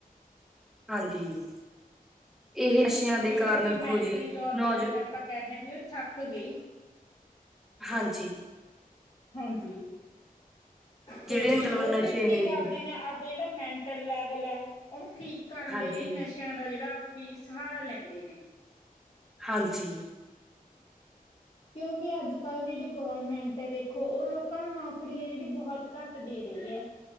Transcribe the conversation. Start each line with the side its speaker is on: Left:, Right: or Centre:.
Centre: ਹਾਂਜੀ, ਇਹ ਅਸ਼ਿਆਂ ਦੇ
Left: ਜਿਹੜੇ
Centre: ਕਾਰਨ
Left: ਉਹ ਕਿ
Centre: ਦੇਖੋ
Left: ਮੈਂਟਲੀ
Centre: ਜੀ
Left: ਤੌਰ
Centre: ਨੌਜ
Left: ਤੇ ਜਿਵੇਂ ਆਪਾਂ ਕੈਨੇ ਵੀ ਓ ਥੱਕ ਗਈ।
Centre: ਹਾਂਜੀ
Left: ਹਾਂਜੀ ਤੇ
Centre: ਜਿਹੜੇ
Left: ਬੀ
Centre: ਮਤਲਬ
Left: ਓ
Centre: ਨਸ਼ੇ
Left: ਫਿਰ ਕੀ ਕਰਦੇ
Centre: ਜੀ
Left: ਨੇ ਅਬ ਜਿੜਾ ਮੈਂਟਲ ਲੈਵਲ ਐ ਓ ਠੀਕ ਕਰਨ
Centre: ਹਾਂਜੀ,
Left: ਦੇ ਲਈ ਨਸ਼ ਸ਼ਿਆਂ ਦਾ ਜਿੜਾ ਵੀ ਸਹਾਰਾ ਲੈਂਦੇ ਨੇ।
Centre: ਹਾਂਜੀ
Left: ਕਿਉਂਕਿ ਅੱਜ ਕਲ੍ਹ ਜਿੜੀ ਗੋਰਮੈਂਟ ਐ ਵੇਖੋ ਓ ਲੋਕਾਂ ਨੂੰ ਨੌਕਰੀਆ ਜਿੜੀ ਬਹੁਤ ਘੱਟ ਦੇ ਰਈ ਐ।